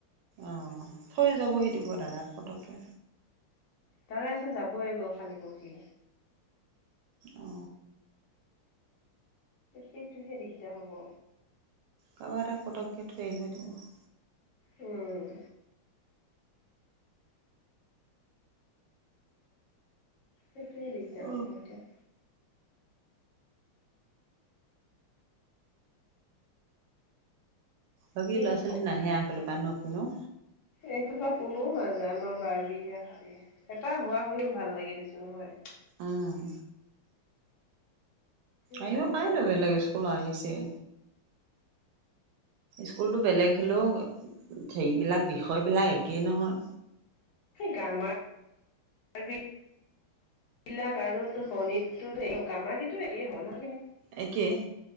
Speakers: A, on the right (about 80°); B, on the left (about 50°).
A: অ থৈ যাবহি দিব দাদাক পটকে
B: তাৰেচোন যাবই এ লাগিব কালি পৰহি
A: অ
B: সেইটোহে দিগদাৰ হ'ব
A: কাৰোবাৰ এটা পতকে থৈ আহিব দিব
B: উম সেইটয়ে দিগদাৰ
A: অ
B: হ'ব এতিয়া
A: বাকি
B: বিৰাট
A: ল'ৰা ছোৱালী নাহে সেইফালে পা ন কোনো
B: এইখোপা কোনোও নাযায় আমাৰ বাৰ্বিহে খালী এটা হোৱা হৈ ভাল লাগে দেচোন নহয়
A: উম
B: এতিয়া
A: আহিব
B: অকলে
A: পাৰেতো বেলেগ
B: হয়
A: স্কুলৰ আহিছে স্কুলতো বেলেগ হ'লেও হেৰিবিলাক বিষয়বিলাক একেই নহয়
B: গামাৰ <unintelligible> এই বিলাক আৰু গণিততো গামাৰখিনিও একে হয়না।
A: একেই